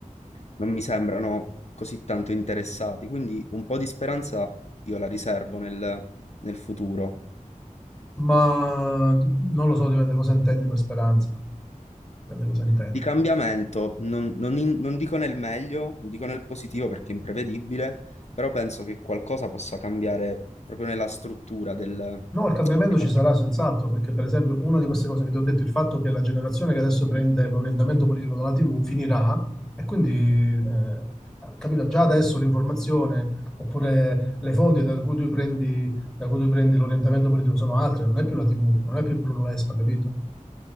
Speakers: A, on the left; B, in the centre.
A: non mi sembrano così tanto interessati. Quindi un po' di speranza io la riservo nel, nel futuro,
B: ma di- non lo so, dipende cosa intendi per speranza. Dipende cosa intendi.
A: Di cambiamento, non, non in- non dico nel meglio, non dico nel positivo perché è imprevedibile, però penso che qualcosa possa cambiare proprio nella struttura del- della
B: No, il cambiamento ci sarà
A: politica.
B: senz'altro, perché per esempio una di queste cose che ti ho detto, il fatto che la generazione che adesso prende l'orientamento politico dalla TV finirà e quindi, eh, capito, già adesso l'informazione oppure le fonti da cui tu prendi, da cui tu prendi l'orientamento politico sono altre, non è più la TV, non è più Bruno Vespa, capito?